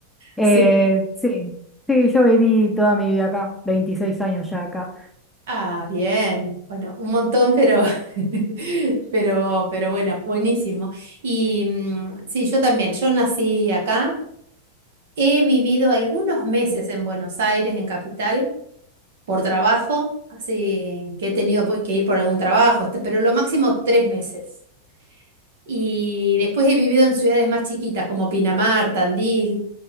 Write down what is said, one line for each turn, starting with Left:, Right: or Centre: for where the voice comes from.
Centre: Eh,
Right: sí.
Centre: sí, sí, yo viví toda mi vida acá, 26 años ya acá.
Right: Ah, bien. Bueno, un montón, pero, <laughs> pero, pero bueno, buenísimo. Y mm, sí, yo también. Yo nací acá. He vivido algunos meses en Buenos Aires, en Capital. por trabajo, así que he tenido po- que ir por algún trabajo, este, pero lo máximo tres meses. Y después he vivido en ciudades más chiquitas, como Pinamar, Tandil,